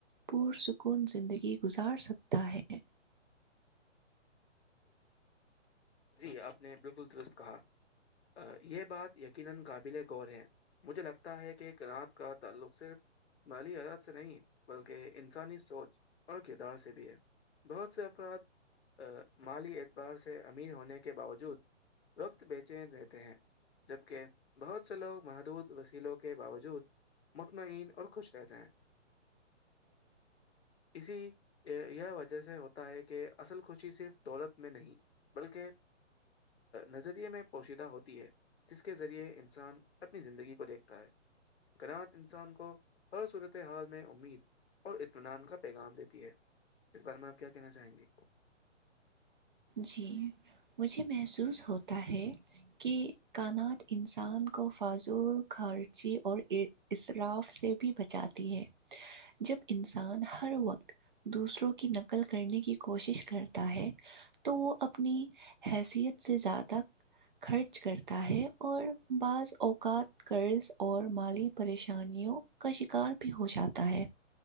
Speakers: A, on the right; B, on the left.
A: پر سکون زندگی گزار سکتا ہے
B: جی اپ نے بالکل درست کہا یہ بات یقینا قابل غور ہے مجھے لگتا ہے کہ کنات کا تعلق صرف مالی حیات سے نہیں بلکہ انسانی سوچ اور کردار سے بھی ہے بہت سے افراد ا مالی اعتبار سے امیر ہونے کے باوجود وقت بے چین رہتے ہیں جبکہ بہت سے لوگ محدود وسیلوں کے باوجود مطمئن اور خوش رہتے ہیں
A: <unintelligible>
B: اسی یہ وجہ سے ہوتا ہے کہ اصل خوشی صرف دولت میں نہیں بلکہ نظریے میں پوشیدہ ہوتی ہے جس کے ذریعے انسان اپنی زندگی کو دیکھتا ہے کرنات انسان کو ہر صورت حال میں امید اور اطمینان کا پیغام دیتی ہے اس بارے میں آپ کیا کہنا چاہیں گے
A: جی مجھے محسوس ہوتا ہے کہ کانات انسان کو فاضل خرچی اور ار اراف سے بھی بچاتی ہے جب انسان ہر وقت دوسروں کی نقل کرنے کی کوشش کرتا ہے تو وہ اپنی حیثیت سے زیادہ خرچ کرتا ہے اور بعض اوقات قرض اور مالی پریشانیوں کا شکار بھی ہو جاتا ہے